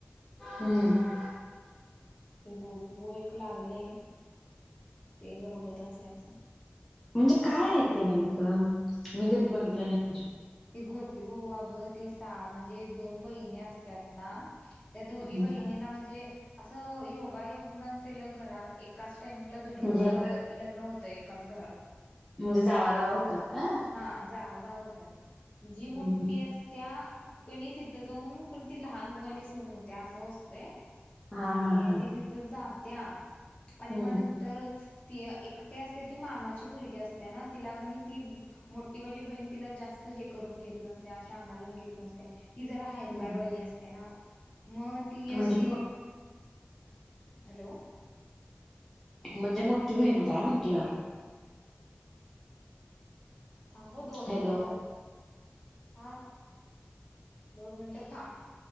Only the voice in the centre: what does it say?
हम्म.
म्हनजे काय आय ते नेमकं मी कदी बगीतलं नइ.
हम्म
म्हणजे
म्हनजे जावा जावा होतात का? हम्म
हम्म
हा
हा हा
हम्म
हम्म
म्हणजे
मो
म्हनजे मोठी भईन काय म्हटलं?
हॅलो